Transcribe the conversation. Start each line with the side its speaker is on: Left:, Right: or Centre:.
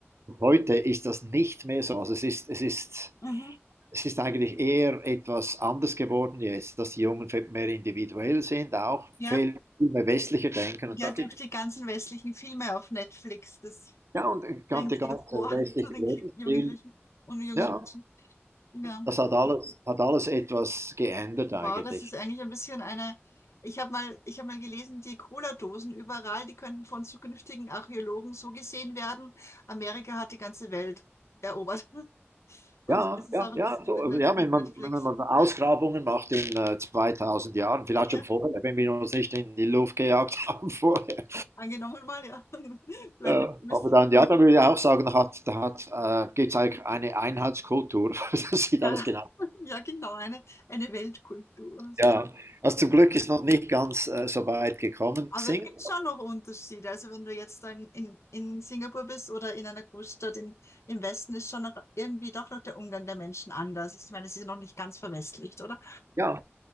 Right: Und heute ist das nicht mehr so. Also es ist, es ist
Left: Mhm.
Right: es ist eigentlich eher etwas anders geworden jetzt, dass die Jungen mehr individuell sind, auch
Left: Ja.
Right: viel mehr westlicher denken.
Left: Ja,
Right: Und da
Left: durch
Right: gibt
Left: die
Right: es
Left: ganzen westlichen Filme auf Netflix, das
Right: ja, und der
Left: bringt
Right: ganze
Left: ja vor
Right: westliche
Left: <laughs> zu den
Right: Lebensstil,
Left: Ki- Jugendlichen und jungen
Right: ja,
Left: Menschen. Ja.
Right: das hat alles, hat alles etwas geändert
Left: Wow,
Right: eigentlich.
Left: das ist eigentlich ein bisschen eine. Ich habe mal, ich habe mal gelesen, die Cola-Dosen überall, die könnten von zukünftigen Archäologen so gesehen werden. Amerika hat die ganze Welt erobert. <laughs> Und
Right: Ja,
Left: es ist
Right: ja,
Left: auch ein
Right: ja,
Left: bisschen
Right: so,
Left: mit, Net
Right: ja
Left: mit
Right: wenn, man,
Left: Netflix.
Right: wenn man Ausgrabungen macht in äh, 2000 Jahren, vielleicht
Left: Ja,
Right: schon vorher, wenn wir uns nicht in die Luft gejagt <laughs> haben vorher.
Left: angenommen mal, ja. <laughs> Bleiben
Right: Äh,
Left: müssen.
Right: aber dann, ja, da würde ich auch sagen, da hat, da hat, äh, gibt es eigentlich eine Einheitskultur. <laughs> das sieht
Left: Ja,
Right: alles genau
Left: <laughs> ja, genau, eine, eine Weltkultur. Also.
Right: Ja, was zum Glück ist noch nicht ganz äh, so weit gekommen.
Left: Aber
Right: Singen,
Left: es gibt schon noch Unterschiede. Also wenn du jetzt dann in, in Singapur bist oder in einer Großstadt in, im Westen, ist schon noch irgendwie doch noch der Umgang der Menschen anders. Ich meine, es ist ja noch nicht ganz verwestlicht, oder?
Right: ja,